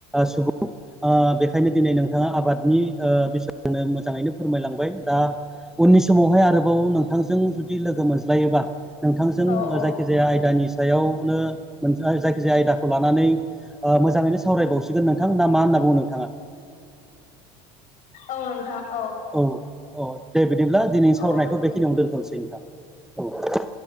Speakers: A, in the centre; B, on the left.
A: सुबुं। ओ बेखायनो दिनै नोंथाङा आबादनि ओ बिसनो मोजाङैनो फोरमायलां बाय दा उननि समावहाय आरोबाव नोंथांजों जुदि लोगो मोनज्लायोबा नोंथांजों
B: औ औ
A: जायखिजाया आयदानि सायावनो नोंथाङा जायखिजाया आयदाखौ लानानै मोजाङैनो सावरायबावसिगोन नोंथांमोना मान नोंथांङा।
B: औ नोंथां।
A: औ औ दे बिदिब्ला दिनै सावरायनायखौ
B: औ दे
A: बेखिनियावनो दोनथ'नोसै नोंथां। औ।